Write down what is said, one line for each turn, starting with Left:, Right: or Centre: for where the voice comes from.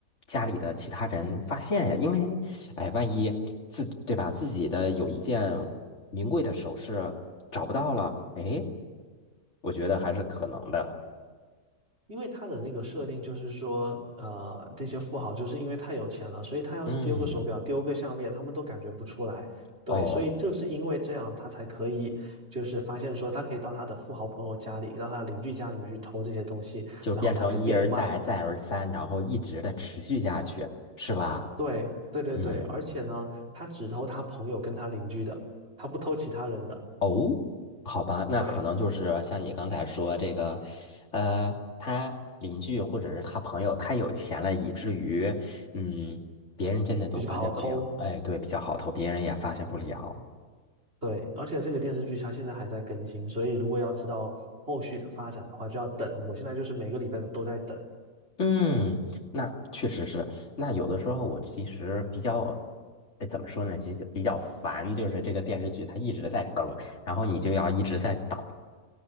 Left: 家里的其他人发现呀？因为，哎，万一自，对吧，自己的有一件名贵的首饰找不到了，哎，我觉得还是可能的。
Right: 因为他的那个设定就是说，呃，这些富豪就是因为太有钱了，所以他要是丢个手表、
Left: 嗯，
Right: 丢个项链，他们都感觉不出来。
Left: 哦，
Right: 对，所以就是因为这样，他才可以就是发现说，他可以到他的富豪朋友家里，到他的邻居家里面去偷这些东西，
Left: 就变成一而再，
Right: 然后拿来变卖。
Left: 再而三，然后一直的持续下去，是吧？
Right: 对，对对对，
Left: 嗯。
Right: 而且呢，他只偷他朋友跟他邻居的，他不偷其他人的，
Left: 哦，好吧，那可能就是像你刚才说这个，
Right: 对，
Left: 呃，他邻居或者是他朋友太有钱了，以至于，嗯，别人真的都发现不了。
Right: 比较好偷。
Left: 哎，对，比较好偷，别人也发现不了。
Right: 对，而且这个电视剧它现在还在更新，所以如果要知道后续的发展的话，就要等。我现在就是每个礼拜都在等，
Left: 嗯，那确实是。那有的时候我其实比较，哎，怎么说呢？其实比较烦，就是这个电视剧它一直在更，然后你就要一直在等。